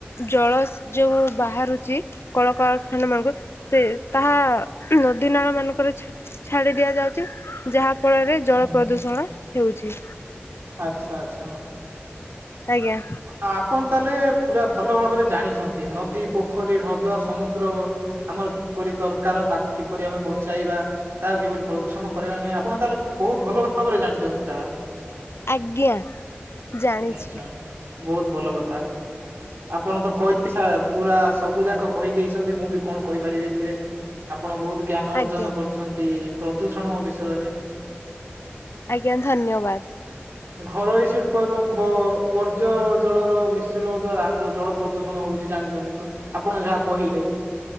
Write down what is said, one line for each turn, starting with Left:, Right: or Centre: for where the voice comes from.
Left: ଜଳ ଯୋଉ ବାହାରୁଛି କଳକାରଖାନା ମାନଙ୍କୁ ସେ ତାହା ନଦୀ ନାଳ ମାନଙ୍କରେ ଛାଡି ଦିଆଯାଉଛି, ଯାହା ଯାହା ଫଳରେ ଜଳ
Right: ହୁଁ
Left: ପ୍ରଦୂଷଣ ହେଉଛି।
Right: ଆଚ୍ଛା ଆଚ୍ଛା।
Left: ଆଜ୍ଞା।
Right: ଆପଣ ତାହେଲେ ପୁରା ଭଲ ଭାବରେ ଜାଣିଛନ୍ତି ନଦୀ, ପୋଖରୀ, ହ୍ରଦ, ସମୁଦ୍ର ଆମର କିପରି ଦରକାର ତାକୁ କିପରି ଆମେ ବଞ୍ଚେଇବା। ତାକୁ କିପରି ପ୍ରଦୂଷଣ କରିବା ନାଇଁ ଆପଣ ତାହେଲେ ବହୁତ ଭଲ ଭାବରେ ଜାଣିଛନ୍ତି ତାହା।
Left: ଆଜ୍ଞା ଜାଣିଛି।
Right: ନିଶ୍ଚୟ ବହୁତ ଭଲ କଥା। ଆପଣ ତ କହି ପୁରା ସବୁ ଯାକ କହିଦେଇଛନ୍ତି ମୁଁ ବି କଣ କହିପାରିବି ଏଥିରେ। ଆପଣ ବହୁତ ଜ୍ଞାନ
Left: ଆଜ୍ଞା
Right: ଅର୍ଜନ କରୁଛନ୍ତି ପ୍ରଦୂଷଣ ବିଷୟରେ।
Left: ଆଜ୍ଞା ଧନ୍ୟବାଦ।
Right: ଘରୋଇ ଶିଳ୍ପ ଏବଂ ବର୍ଜ୍ୟ ଜଳର ମିଶ୍ରଣ ଦ୍ଵାରା ଆମର ଜଳ ପ୍ରଦୂଷଣ ହଉଛି ଜାଣିଛନ୍ତି ଆପଣ ଯାହା କହିଲେ,